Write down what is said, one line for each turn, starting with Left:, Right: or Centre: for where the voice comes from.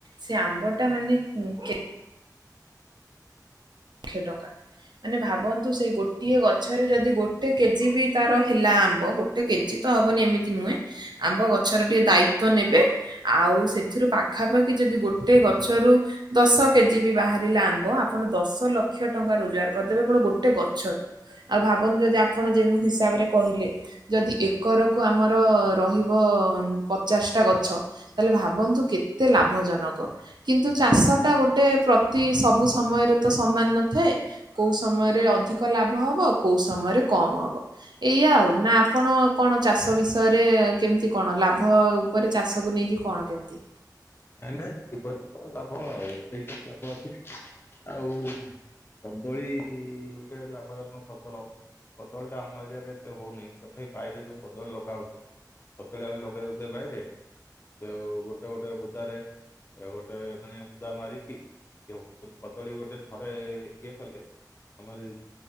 Right: ସେ ଆମ୍ବ ଟା ମାନେ ଉଁ କେ କ୍ଷେ ଟଙ୍କା। ମାନେ ଭାବନ୍ତୁ ସେଇ ଗୋଟିଏ ଗଛରେ ଯଦି ଗୋଟେ କେଜି ବି ତାର ହେଲା ଆମ୍ୱ। ଗୋଟେ କେଜି ତ ହବନି ଏମିତି ନୁହେଁ ଆମ୍ବ ଗଛର ଟିକେ ଦାୟିତ୍ଵ ନେବେ। ଆଉ ସେଥିରୁ ପାଖାପାଖି ଯଦି ଗୋଟେ ଗଛରୁ ଦଶ କେଜି ବି ବାହାରିଲା ଆମ୍ବ ଆପଣ ଦଶ ଦଶ ଲକ୍ଷ ଟଙ୍କା ରୋଜଗାର କରିଦେବେ କଣ ଗୋଟେ ଗଛରୁ। ଆଉ ଭାବନ୍ତୁ ଯଦି ଆପଣ ଯେମିତି ହିସାବରେ କହିଲେ ଯଦି ଏକରକୁୁ ଆମର ରହିବ ପଚାଶ ଟା ଗଛ ତାହେଲେ ଭାବନ୍ତୁ କେତେ ଲାଭ ଜନକ। କିନ୍ତୁ ଚାଷଟା ଗୋଟେ ପ୍ରତି ସବୁ ସମୟରେ ତ ସମାନ ନଥାଏ। କୋଉ ସମୟରେ ଅଧିକ ଲାଭ ହବ କୋଉ ସମୟରେ କମ ହବ। ଏଇଆ ଆଉ ନା ଆପଣ କଣ ଚାଷ ବିଷୟରେ କେମିତି କଣ ଲାଭ ଆଉ ପରେ ଚାଷକୁ ନେଇକି କଣ କେମିତି?
Left: ନାଇଁ ନାଇଁ ସେଇ ବର୍ଷ ତ ଲାଭ ଆଉ ସେଇଠି ଲାଭ ଅଛି। ଆଉ କଦଳୀ ଗୋଟେ ଲାଭଜନକ ଫସଲ। କଦଳୀଟା ଆମ ଏରିଆରେ ଏତେ ହଉନି। ତଥାପି ବାଇରେ ଯୋଉ କଦଳୀ ଲଗା ହଉଚି କଦଳୀ ଆମେ ଲଗେଇ ଦଉ ବାଇରେ ତ ଗୋଟେ ଗୋଟେ ବୁଦାରେ ଗୋଟେ ମାନେ ବୁଦା ମାରିକି, ଇଏ କିନ୍ତୁ କଦଳୀ ଗୋଟେ ଥରେ ଇଏ କଲେ ଆମର